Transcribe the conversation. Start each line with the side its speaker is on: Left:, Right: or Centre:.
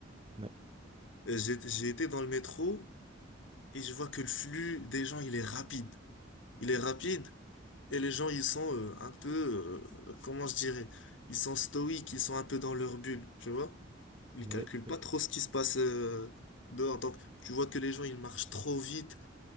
Right: Oui,
Left: euh, j'ai j'ai été dans le métro et je vois que le flux des gens, il est rapide. Il est rapide. Et les gens, ils sont euh, un peu, euh, comment je dirais, ils sont stoïques, ils sont un peu dans leur bulle, tu vois? Ils
Right: oui,
Left: calculent
Right: oui.
Left: pas trop ce qui se passe euh, dehors. Donc, tu vois que les gens, ils marchent trop vite,